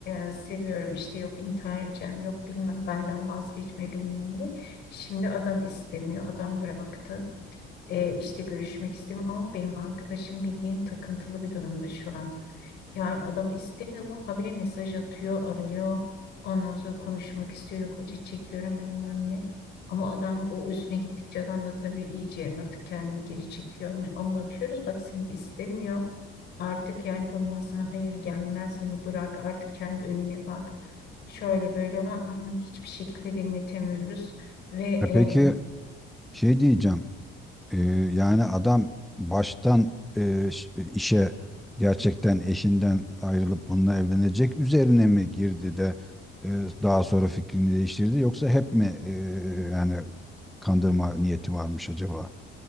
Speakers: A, on the left; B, in the centre.
A: e, seviyorum işte yok intihar edeceğim yok bilmem benden vazgeçme bilmem ne. Şimdi adam istemiyor adam bıraktı. E, işte görüşmek istemiyor ama benim arkadaşım bildiğin takıntılı bir durumda şu an. Yani adam istemiyor bu habire mesaj atıyor, arıyor. Ondan sonra konuşmak istiyor. Yok acı çekiyorum bilmem ne. Ama adam o üstüne gittikçe adam da tabii iyice artık kendini geri çekiyor. Hani Anlatıyoruz bak seni istemiyor. Artık yani bundan sana hayır gelmez. Hani bırak artık kendi önüne bak. Şöyle böyle ama ı, ı, hiçbir şekilde dinletemiyoruz. Ve
B: E
A: e,
B: peki şey diyeceğim. e, yani adam baştan e, ş- e, işe gerçekten eşinden ayrılıp bununla evlenecek üzerine mi girdi de e, daha sonra fikrini değiştirdi yoksa hep mi e, yani kandırma niyeti varmış acaba?